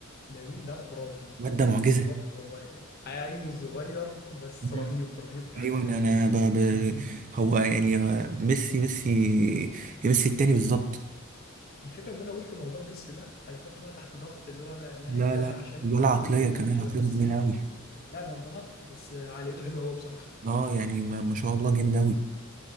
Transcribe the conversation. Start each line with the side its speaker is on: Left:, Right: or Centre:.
Left: لامين ده خرافي
Right: الواد ده معجزة
Left: خرافي والله عيل صغير بس
Right: مم.
Left: رهيب رهيب يعني
Right: ايوه انا أنا ب... ب... هو يعني ميسي ميسي ميسي التاني بالظبط
Left: الفكره ان انا قلت موضوع ميسي ده هيحطه بقى تحت ضغط اللي هو لاعب
Right: لا
Left: بقى
Right: لا
Left: عشان
Right: ولا عقلية
Left: مهاري وكله
Right: كمان
Left: شبه
Right: عقليته
Left: ميسي
Right: جميلة قوي
Left: اللاعب هينضغط بس عقليته حلوه قوي بصراحه
Right: اه يعني ما... ما شاء الله جامد قوي